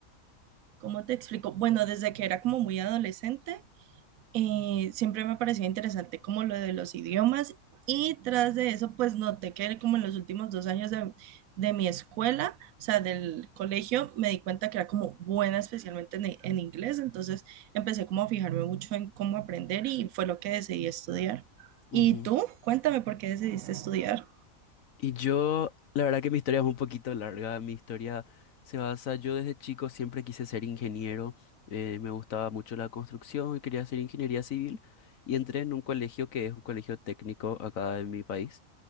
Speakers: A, on the right; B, on the left.
A: ¿Cómo te explico? Bueno, desde que era como muy adolescente, eh, siempre me pareció interesante como lo de los idiomas y tras de eso, pues noté que como en los últimos dos años de, de mi escuela, o sea, del colegio, me di cuenta que era como buena especialmente en, en inglés, entonces empecé como a fijarme mucho en cómo aprender y fue lo que decidí estudiar. ¿Y
B: Ujú.
A: tú? Cuéntame por qué decidiste estudiar.
B: Y yo, la verdad que mi historia es un poquito larga. Mi historia se basa, yo desde chico siempre quise ser ingeniero. eh, me gustaba mucho la construcción y quería hacer ingeniería civil. Y entré en un colegio que es un colegio técnico acá en mi país.